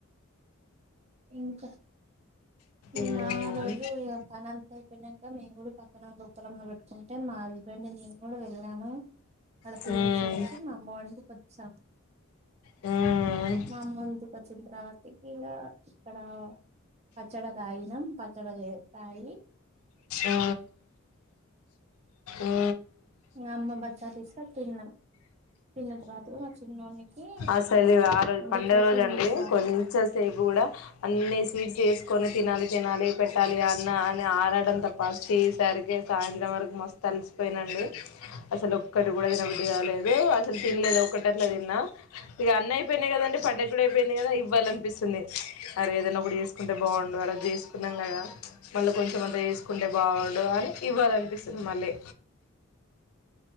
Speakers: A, on the right; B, on the left.
A: ఇంకా మేము
B: మ్మ్ మ్మ్
A: రోజు పనంతయిపోయినాక మేము కూడా పక్కన లోపలబట్టుకుంటే మావి వెంట మేము కూడా వెల్లాము. అక్కడ
B: మ్మ్
A: తినేసి వచ్చి మా అమ్మ వాళ్ళ ఇంటికి వ స
B: మ్మ్
A: మా అమ్మ వాళ్ళ ఇంటికి చిత్రావతికి ఇక ఇక్కడ పచ్చడదాయి ఇక పచ్చడి చేతాయి
B: ఊ ఊ ఊ
A: ఇంగ అమ్మ బచ్చాలు ఇస్తే తిన్నాం తిన్న తర్వాత మా చిన్నోనికి
B: అసలు ఆ రోజు పండగ
A: డెకరేషన్
B: రోజు అండి
A: చేసాం
B: కొంచెం సేపు కూడా అన్ని స్వీట్ చేసుకొని తినాలి, తినాలి, పెట్టాలి అన్న ని ఆరాడం తప్ప చేసరికి సాయంత్రం వరకు మస్తు అలిసిపోయిన అండి. అసలు ఒక్కటి కూడా తినబద్ది కాలేదు, అసలు తినలేదు. ఒకటి అట్లా తిన్నా ఇక అన్ని అయిపోయినాయి కదండి పండగ కూడా కూడా అయిపోయింది కదా ఇవ్వాలనిపిస్తుంది అరే ఏదన్న ఒకటి చేసుకుంటే బాగుండు అలా చేసుకున్నాం. మళ్ళీ కొంచెం అంతా చేసుకుంటే బాగుండు అని ఇవ్వాలనిపిస్తుంది మళ్ళీ.